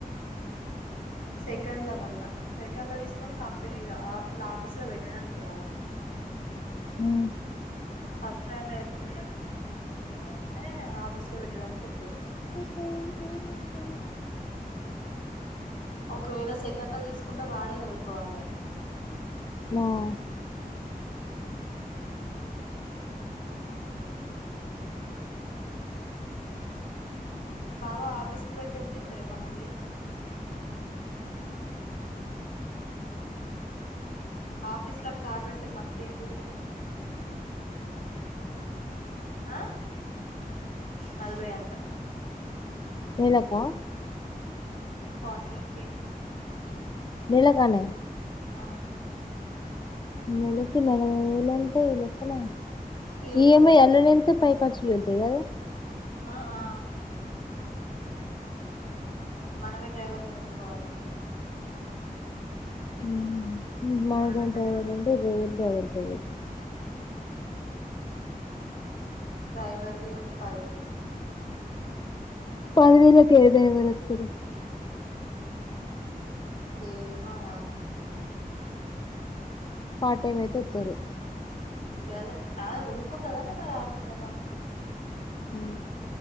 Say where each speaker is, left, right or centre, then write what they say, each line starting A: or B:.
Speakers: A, on the left; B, on the left.
A: సెకండ్ లో మళ్ళా సెకండ్ లో తీసుకొని కంపెనీ ఆ ఇట్లా ఆఫీస్ లో పెట్టడానికి రాదు
B: ఉమ్
A: <unintelligible> అయితేనే నే ఆఫీస్ లో పెట్టడానికి వతది
B: హు
A: ఒకవేళ సెకండ్ లో తీసుకుంటే వాడే తోలుకోవాలే
B: నా <unintelligible>
A: బావ ఆఫీస్కి పెడితే ఎంత ఇతరే మంత్లీ ఆఫీసు లో కార్ పెడితే మంత్లీ ఎంత ఇత్తరు ఆ నలభై అంట
B: నెలక
A: ఫార్టీ కే
B: మీలగానే
A: ఆ
B: నెలకి నలభై వేల అంటే ఈ లెక్కనా
A: ఫ్యూయల్
B: ఈఎంఐ
A: ఖర్చు
B: <unintelligible> పై కర్చులు వెళ్తాయి కదా
A: ఆ ఆ మనమే డ్రైవర్ ని పెట్టుకోవాలే
B: <unintelligible> డ్రైవర్ల
A: మనమే డ్రైవర్
B: అంటే రేల్ డ్రైవర్ కే <unintelligible>
A: డ్రైవర్కి ఒక పదివేలు
B: పదివేలు అయితే ఏ డ్రైవర్ వత్తడు
A: దవాయ
B: పార్ట్ టైం అయితే వత్తరు
A: గదే <unintelligible> ఊకుంటదన్న మరి ఆఫీస్ లో కాని
B: హు